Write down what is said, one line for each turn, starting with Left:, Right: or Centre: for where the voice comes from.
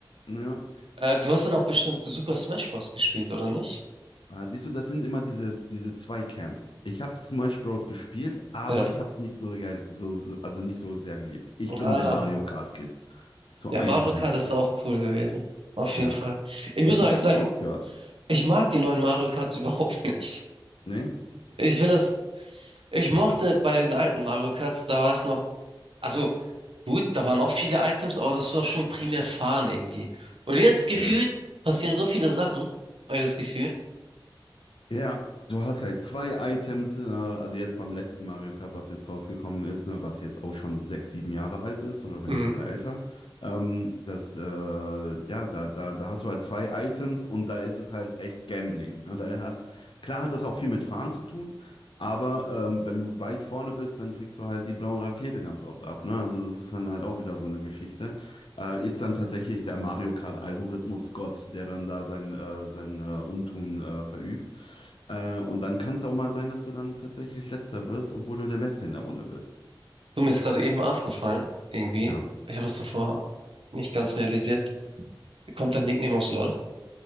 Left: Ja.
Right: Äh, du hast dann auch bestimmt Super Smash Bros. gespielt, oder nicht?
Left: Ah, siehst du, das sind immer diese, diese zwei Camps. Ich habe Smash Bros. gespielt, aber
Right: Ja.
Left: ich habe es nicht so, geil- so, so, also nicht so sehr geliebt. Ich
Right: Ah,
Left: bin der Mario Kart Kid. Zu
Right: ja, Mario
Left: 1000
Right: Kart
Left: Prozent.
Right: ist auch cool gewesen. Auf jeden
Left: Ja.
Right: Fall. Ich muss
Left: Ja, ich
Right: euch
Left: habe
Right: sagen,
Left: nie aufgehört.
Right: ich mag die neuen Mario Karts <laughs> überhaupt nicht.
Left: Ne?
Right: Ich finde das, ich mochte bei den alten Mario Karts, da war es noch Also gut, da waren auch viele Items, aber das war schon primär Fahren irgendwie. Und jetzt gefühlt
Left: Ja.
Right: passieren so viele Sachen, habe ich das Gefühl.
Left: Ja, du hast halt zwei Items, äh, also jetzt beim letzten Mario Kart, was jetzt rausgekommen ist, ne, was jetzt auch schon sechs, sieben Jahre alt ist oder wenn
Right: Mhm.
Left: nicht sogar älter. Ähm, das, äh, ja, da, da, da hast du halt zwei Items und da ist es halt echt Gambling. Ne? Da hat's, klar hat das auch viel mit Fahren zu tun, aber ähm, wenn du weit vorne bist, dann kriegst du halt die blaue Rakete ganz oft ab. Ne? Also das ist dann halt auch wieder so eine Geschichte äh, ist dann tatsächlich der Mario Kart-Algorithmus Gott, der dann da sein, äh, sein äh, Untun äh, verübt. Äh, und dann kann es auch mal sein, dass du dann tatsächlich Letzter wirst, obwohl du der Beste in der Runde bist.
Right: Du, mir ist gerade eben aufgefallen, irgendwie.
Left: Ja.
Right: Ich habe es davor nicht ganz realisiert. Kommt dein Nickname aus LOL?